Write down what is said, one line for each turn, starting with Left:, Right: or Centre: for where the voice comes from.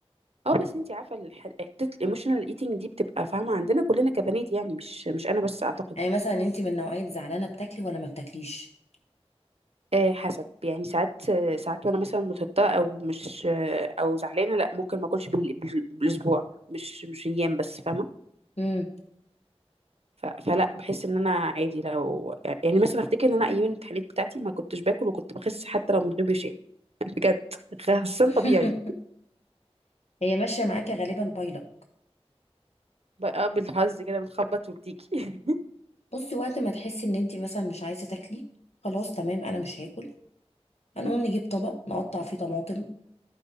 Right: اه بس انت عارفه الح- حته الايموشنال ايتنج دي بتبقى فاهمه عندنا كلنا كبنات يعني مش مش انا بس اعتقد
Left: يعني مثلا انت من نوعية زعلانة بتاكلي ولا ما بتاكليش
Right: آه حسب يعني ساعات آه، ساعات وانا مثلا متوتره او مش آه، او زعلانه لا ممكن ما اكلش بال... بال- بالاسبوع مش مش ايام بس فاهمه
Left: امم
Right: ف... فلا بحس ان انا عادي لو يعني مثلا افتكر ان انا ايام التحاليل بتاعتي ما كنتش باكل وكنت بخس حتى لو من غير برشام <laughs> بجد خسان
Left: <laughs>
Right: طبيعي
Left: هي ماشية معاكي غالبا بايلة
Right: بقى بالحظ كده بنخبط وبتيجي <laughs>
Left: بصي وقت ما تحسي ان انت مثلا مش عايزة تاكلي خلاص تمام انا مش هاكل هنقوم نجيب طبق نقطع فيه طماطم